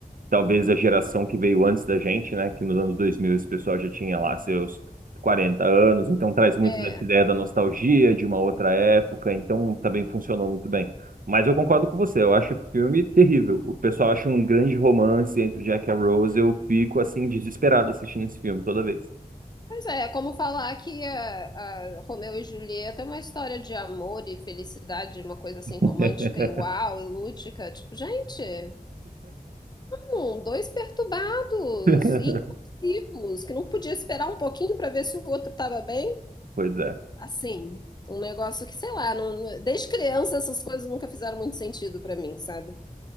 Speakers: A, on the right; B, on the left.
A: talvez, a geração que veio antes da gente, né? Que nos anos 2000 esse pessoal já tinha lá seus 40 anos, então traz muito
B: É,
A: dessa ideia da nostalgia de uma outra época, então também funcionou muito bem. Mas eu concordo com você, eu acho o filme terrível. O pessoal acha um grande romance entre o Jack e a Rose, eu fico assim desesperado assistindo esse filme toda vez.
B: pois é, é como falar que a, a Romeu e Julieta é uma história de amor e felicidade, uma coisa assim
A: <laughs>
B: romântica e uau, e lúdica. Tipo, gente. Um, dois perturbados
A: <laughs>
B: e impulsivos, que não podia esperar um pouquinho para ver se o outro estava bem.
A: Pois é.
B: Assim, um negócio que, sei lá, não- não- desde criança essas coisas nunca fizeram muito sentido para mim, sabe?